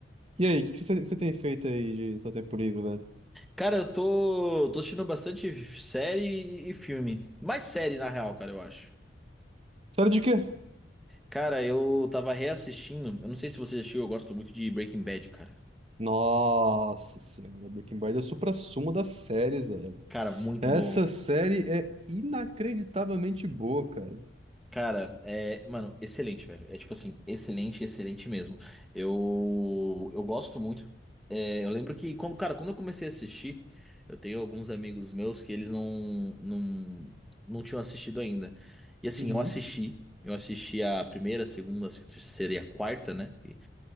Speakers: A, on the right; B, in the centre.
A: e aí? O que que você você tem feito aí de seu tempo livre, velho?
B: cara, eu tô tô assistindo bastante série e, e filme. Mais série na real, cara, eu acho.
A: Série de quê?
B: Cara, eu tava reassistindo, eu não sei se você já assistiu, eu gosto muito de Breaking Bad, cara.
A: Nossa senhora, Breaking Bad é o suprassumo das séries, velho.
B: Cara, muito
A: Essa
B: bom.
A: série é inacreditavelmente boa, cara.
B: Cara, é, mano, excelente, velho. É tipo assim, excelente, excelente mesmo. Eu eu gosto muito É, eu lembro que quando, cara, quando eu comecei a assistir, eu tenho alguns amigos meus que eles não, não, não tinham assistido ainda. E assim,
A: Uhum.
B: eu assisti, eu assisti a primeira, a segunda, a terceira e a quarta, né? E,